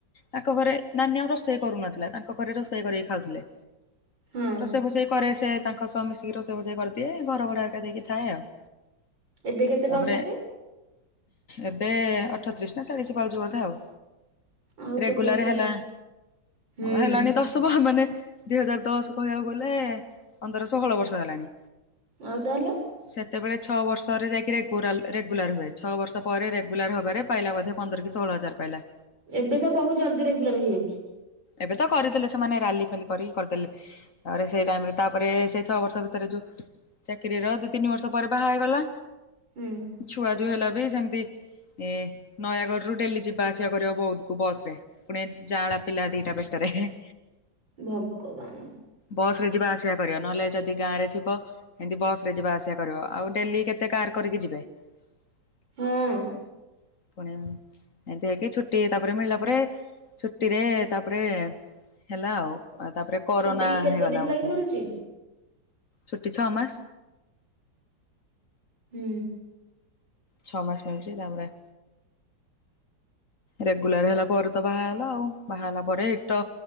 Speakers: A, on the left; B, on the right.
A: ତାଙ୍କ ଘରେ ନାନୀ ଆଉ ରୋଷେଇ କରୁନଥିଲା ତାଙ୍କ ଘରେ ରୋଷେଇ କରିକି ଖାଉଥିଲେ।
B: ହଁ
A: ରୋଷେଇ ଫୋଷେଇ କରେ ସେ ତାଙ୍କ ସହ ମିଶିକି ରୋଷେଇ ଭୋଜେଇ କରିଦିଏ ଘର ଭଡାରେ ଦେଇକି ଥାଏ ଆଉ।
B: ଏବେ କେତେ
A: ତାପରେ
B: ପାଉଛନ୍ତି?
A: ଏବେ ଅଠତିରିଶ ନା ଚାଳିଶ ପାଉଛି ବୋଧେ ଆଉ।
B: ଆଉ
A: ରେଗୁଲାର
B: କେତେ ବର୍ଷ
A: ହେଲା।
B: ପୁଣି ହୁଁ
A: ହେଲାଣି ଦଶ ମାନେ ଦୁଇ ହଜାର ଦଶ କହିବାକୁ ଗଲେ ପନ୍ଦର ଷୋହଳ ବର୍ଷ ହେଲାଣି।
B: ଆଉ ତାହେଲେ?
A: ସେତେବେଳେ ଛଅ ବର୍ଷରେ ଯାଇକି ରେଗୁରାଲ ରେଗୁଲାର ହୁଏ ଛଅ ବର୍ଷ ପରେ ରେଗୁଲାର ହବାରେ ପାଇଲା ବୋଧେ ପନ୍ଦର କି ସୋହଳ ହଜାର ପାଇଲା।
B: ଏବେ ତ ବହୁତ ଜଲ୍ଦି ରେଗୁଲାର ହେଇଯାଉଛି।
A: ଏବେ ତ କରିଦେଲେ ସେମାନେ ରାଲି ଫାଲି କରିକି କରିଦେଲେ। ତାପରେ ସେଇ ଟାଇମ ରେ ତାପରେ ସେଇ ଛଅ ବର୍ଷ ଭିତରେ ଯୋଉ କିରିର ଦୁଇ ତିନି ବର୍ଷ ପରେ ବାହା ହେଇଗଲା।
B: ହୁଁ।
A: ଛୁଆ ଯୋଉ ହେଲା ବି ସେମତି ଏ ନୟାଗଡ ରୁ ଡେଲି ଯିବା ଆସିବା କରିବ ବୌଦକୁ ବସ୍ ରେ। ପୁଣି ଯାଆଁଳା ପିଲା ଦିଟା ପେଟରେ ଏହେ।
B: ଭଗବାନ୍।
A: ବସ୍ ରେ ଯିବା ଆସିବା କରିବ, ନହେଲେ ଯଦି ଗାଁ ରେ ଥିବ ଏମତି ବସ୍ ରେ ଯିବା ଆସିବା କରିବ, ଆଉ ଡେଲି କେତେ କାର୍ କରିକି ଯିବେ। ହୁଁ।
B: ହଁ
A: ପୁଣି ଏମିତି ହେଇକି ଛୁଟି ତାପରେ ମିଳିଲା ପରେ ଛୁଟିରେ ତାପରେ ହେଲା ଆଉ କ ତାପରେ କରୋନା
B: ଛୁଟି କେତେ
A: ହେଇଗଲା
B: ଦିନ ଲାଗି
A: ବୋଧେ,
B: ମିଳୁଛି?
A: ଛୁଟି ଛଅ ମାସ।
B: ହୁଁ।
A: ଛଅ ମାସ ମିଳୁଛି ତାପରେ ରେଗୁଲାର୍ ହେଲାପରେ ତ ବାହାହେଲା ଆଉ, ବାହାହେଲା ପରେ ଏଇଠି ତ